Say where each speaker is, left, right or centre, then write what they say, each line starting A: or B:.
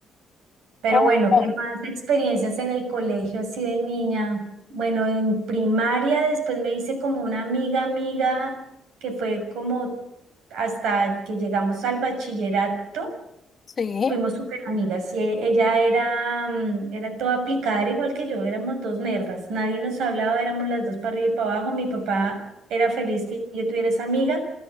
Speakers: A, on the right; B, on the left.
A: Pero
B: Ay,
A: bueno,
B: no.
A: ¿qué más experiencias en el colegio así de niña? Bueno, en primaria después me hice como una amiga amiga que fue como hasta que llegamos al bachillerato.
B: Sí.
A: Fuimos súper amigas y e- ella era, mm, era toda aplicada, era igual que yo, éramos dos nerdas, nadie nos hablaba, éramos las dos para arriba y para abajo. Mi papá era feliz que yo tuviera esa amiga